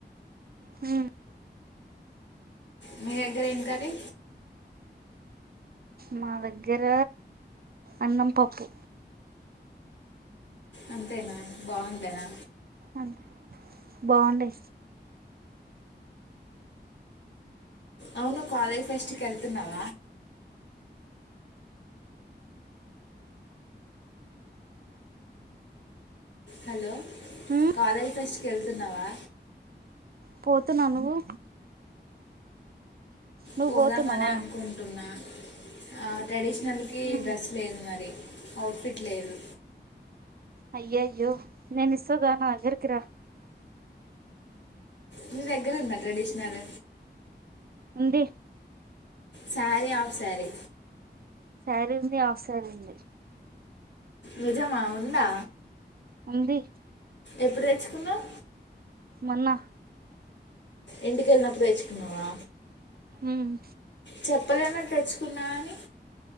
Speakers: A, on the right (about 55°); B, on the left (about 75°).
A: ఉమ్
B: మీ దగ్గర ఏం కర్రీ
A: మా దగ్గర అన్నం పప్పు
B: అంతేనా బాగుండేనా
A: అంతే బాగుండే
B: అవును కాలేజ్ ఫస్ట్ కేల్తున్నవ హలో
A: ఉమ్
B: కాలేజ్ ఫెస్ట్కి వెళ్తున్నావా
A: పోతున్నా నువ్వు నువ్వు
B: పోదామని
A: పోతున్నావా
B: అనుకుంటున్నా ఆ ట్రెడిషనల్కి
A: ఉమ్
B: డ్రెస్ లేదు మరి అవుట్ఫిట్ లేదు
A: అయ్యయ్యో నేను ఇస్తాదా నా దగ్గరకి రా
B: మీ దగ్గర ఉందా ట్రెడిషనల్
A: ఉంది
B: సారీ ఆఫ్ సారీ
A: సారుంది ఆఫ్ సారుంది
B: నిజమా ఉందా
A: ఉంది
B: ఎప్పుడు తెేచ్చుకున్నావు
A: మొన్నా
B: ఇంటికెల్నప్పుడు తెచ్కున్నావా
A: ఊమ్
B: చెప్పలేన తెచ్చుకున్నా అని